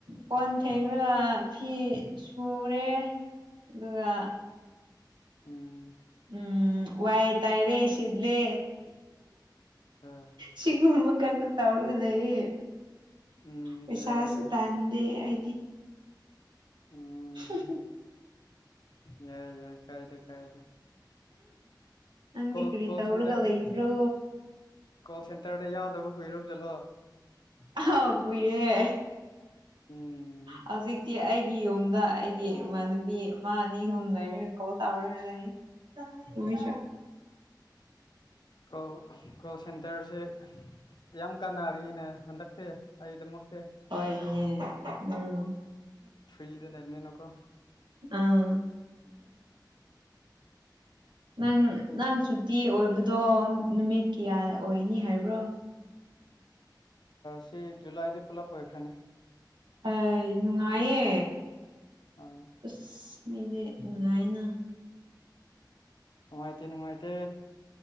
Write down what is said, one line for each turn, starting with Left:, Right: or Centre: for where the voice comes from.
Right: ꯀꯣꯟ ꯊꯦꯡꯉꯒ ꯐꯤ ꯁꯨꯔꯦ ꯑꯗꯨꯒ
Left: ꯎꯝ
Right: ꯎꯝ ꯋꯥꯏ ꯇꯥꯏꯔꯦ ꯁꯤꯠꯂꯦ
Left: ꯑ
Right: ꯁꯤꯒꯨꯝꯕ ꯀꯛꯄ ꯇꯧꯔꯒ ꯂꯩꯌꯦ
Left: ꯎꯝ
Right: ꯄꯩꯁꯥꯁꯨ
Left: ꯌꯥꯏ ꯌꯥꯏ
Right: ꯇꯥꯟꯗꯦꯗꯤ ꯐ
Left: ꯎꯝ
Right: <inaudible>
Left: ꯌꯥꯏ ꯌꯥꯏ ꯀꯥꯏꯗꯦ ꯀꯥꯏꯗꯦ
Right: ꯅꯪꯗꯤ
Left: ꯀꯣꯜ
Right: ꯀꯔꯤ
Left: ꯀꯣꯜ
Right: ꯇꯧꯔꯒ
Left: ꯁꯦꯟꯇꯔ
Right: ꯂꯩꯕ꯭ꯔꯣ
Left: ꯀꯣꯜ ꯁꯦꯟꯇꯔꯗ <unintelligible>
Right: ꯑꯍ ꯀꯨꯏꯔꯦ
Left: ꯎꯝ
Right: ꯍꯧꯖꯤꯛꯇꯤ ꯑꯩ ꯑꯩꯒꯤ ꯌꯨꯝꯗ ꯑꯩꯒꯤ ꯏꯃꯥꯟꯅꯕꯤ ꯑꯃ ꯑꯅꯤ ꯑꯍꯨꯝ ꯂꯩꯔꯒ ꯀꯣꯜ ꯇꯧꯔꯦ ꯂꯩ ꯃꯣꯏꯁꯨ
Left: ꯑ ꯀꯣ ꯀꯣꯜ ꯁꯦꯟꯇꯔꯁꯦ ꯌꯥꯝ ꯀꯥꯟꯅꯔꯤꯅ ꯍꯟꯗꯛꯇꯤ ꯑꯩꯗꯃꯛ
Right: ꯍꯣꯏ ꯎꯝ
Left: ꯐ꯭ꯔꯤꯗ ꯂꯩꯕꯅꯤꯅꯀꯣ
Right: ꯑꯥ ꯅꯪ ꯅꯪ ꯁꯨꯇꯤ ꯑꯣꯏ ꯍꯥꯏꯕꯗꯣ ꯅꯨꯃꯤꯠ ꯀꯌꯥ ꯑꯣꯏꯅꯤ ꯍꯥꯏꯕ꯭ꯔꯣ
Left: ꯁꯤ ꯖꯨꯂꯥꯏꯗꯤ ꯄꯨꯂꯞ ꯑꯣꯏꯈ꯭ꯔꯅꯤ
Right: ꯑꯩ ꯅꯨꯡꯉꯥꯏꯌꯦ
Left: ꯑꯥ
Right: ꯑꯁ ꯃꯤꯗꯤ ꯅꯨꯡꯉꯥꯏꯅ
Left: ꯅꯨꯡꯉꯥꯏꯇꯦ ꯅꯨꯡꯉꯥꯏꯇꯦ